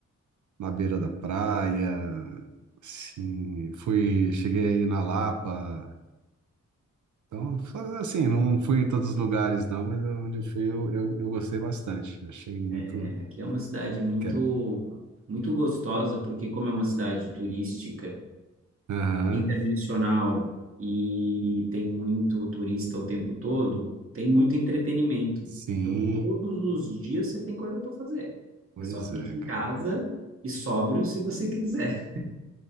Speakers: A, on the right; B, on the right.
A: na beira da praia. Assim, fui, cheguei aí na Lapa, Então, fa- assim, não fui em todos os lugares, não, mas onde eu fui eu, eu, eu gostei bastante. Achei muito.
B: É, aqui é uma cidade muito,
A: Quero.
B: muito gostosa, porque como é uma cidade turística,
A: Aham,
B: internacional e tem muito turista o tempo todo, tem muito entretenimento.
A: sim.
B: Então, todos os dias você tem coisa para fazer.
A: Pois
B: Você só fica
A: é,
B: em
A: cara.
B: casa e sóbrio se você <laughs> quiser.